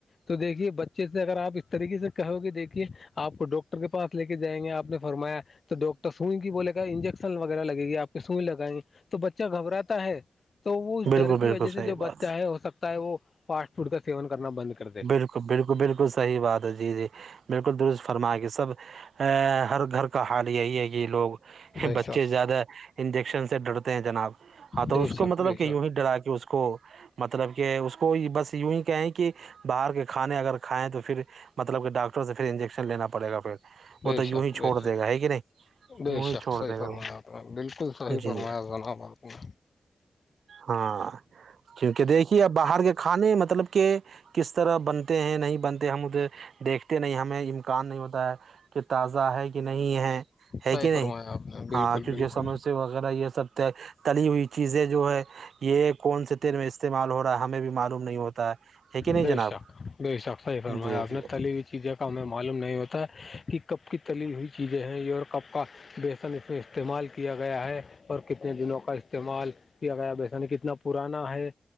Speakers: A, on the left; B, on the right.
A: تو دیکھیے بچے سے اگر آپ اس طریقے سے کہو گی دیکھیے آپ کو ڈاکٹر کے پاس لے کے جائیں گے آپ نے فرمایا تو ڈاکٹر سوئیں گ بولے انجیکشن وغیرہ لگے گی آپ کے سوئی لگائیں تو بچہ گباتا ہے تو وہ اس
B: بالکل
A: ڈر کی
B: بالکل
A: وجہ سے
B: صحیح
A: جو بچہ
B: بات
A: ہے ہو سکتا ہے وہ فاسٹ فوڈ کا سیون کرنا بند کرتا
B: بالکل بالکل بالکل صح بات ہے جی جی بالکل درست فرما کے سب ا ہر گھر کا حال یہی ہے کہ لوگ
A: بے
B: بچے
A: شک
B: زیادہ انجیکشن سے ڈرتے ہیں جناب ہاں تو
A: بے
B: اس کو
A: شک
B: مطلب
A: بے
B: کہ
A: شک
B: یوں ہی ڈرا کے اس کو مطلب کہ اس کو بس یوں ہی کہیں کہ باہر کے کھانے اگر کھائیں تو پھر مطلب کہ ڈاکٹر سے پھر انجیکشن لینا پڑے گا پھر
A: بے
B: وہ تو یوں
A: شک
B: ہی چھوڑ
A: بے شک
B: دے گا ہے کہ نہیں
A: بے
B: یوں ہی
A: شک
B: چھوڑ
A: صحیح
B: دے گا
A: فرمایا
B: وہ
A: اپ نے بالکل صحیح
B: جی
A: فرمایا جنابت نے
B: ہاں کیونکہ دیکھیے اب باہر کے کھانے مطلب کہ کس طرح بنتے ہیں نہیں بنتے ہم ادھر دیکھتے نہیں ہمیں امکان نہیں ہوتا ہے کہ تازہ ہے کہ نہیں ہے ہے
A: صحیح
B: کہ نہیں
A: فرمایا آپ نے بالکل
B: ہاں کیونکہ
A: بالکل
B: سموسے وغیرہ یہ سب تھے تلی ہوئی چیزیں جو ہے یہ کون سے تیل میں استعمال ہو رہا ہے ہمیں بھی معلوم نہیں ہوتا ہے ہے کہ نہیں
A: بے
B: جناب
A: شک بے شک صحیح فرمایا
B: جی
A: آپ
B: جی
A: نے تلی ہوئی چیزیں ہمیں معلوم نہیں ہوتا کہ کب کی تلی ہوئی چیزیں ہیں اور کپ کا بیسن اس میں استعمال کیا گیا ہے اور کتنے دنوں کا استعمال کیا گیا و ایسا نہیں کتنا پرانا ہے